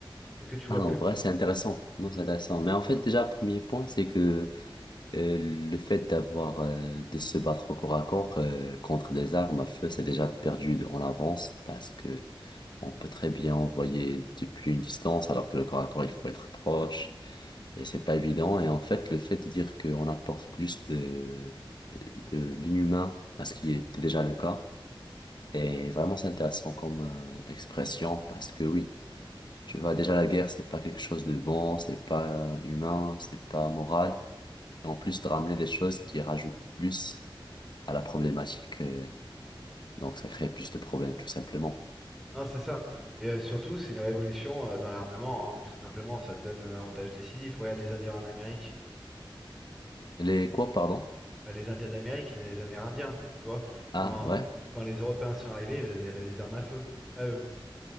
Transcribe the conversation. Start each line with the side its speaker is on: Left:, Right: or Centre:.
Centre: Parce que tu vois
Left: Ah,
Centre: plus.
Left: en vrai, c'est intéressant. Non, c'est intéressant. Mais en fait, déjà, premier point, c'est que euh, le fait d'avoir, euh, de se battre au corps à corps euh, contre des armes à feu, c'est déjà perdu en avance parce que On peut très bien envoyer depuis une distance, alors que le corps à corps, il faut être proche. Et c'est pas évident. Et en fait, le fait de dire qu'on apporte plus de, de l'inhumain à ce qui était déjà le cas, est vraiment c'est intéressant comme euh, expression parce que oui, tu vois, déjà la guerre, c'est pas quelque chose de bon, c'est pas humain, c'est pas moral. En plus de ramener des choses qui rajoutent plus à la problématique, euh, donc ça crée plus de problèmes tout simplement.
Centre: Non, c'est ça. Et euh, surtout, c'est une révolution euh, dans l'armement, hein, tout simplement. Ça te donne un avantage décisif. Regarde les Indiens en Amérique.
Left: Les quoi, pardon?
Centre: Bah, les Indiens d'Amérique, les Amérindiens, tu vois.
Left: Ah,
Centre: Quand,
Left: ouais.
Centre: quand les Européens sont arrivés, ils avaient les armes à feu, pas eux.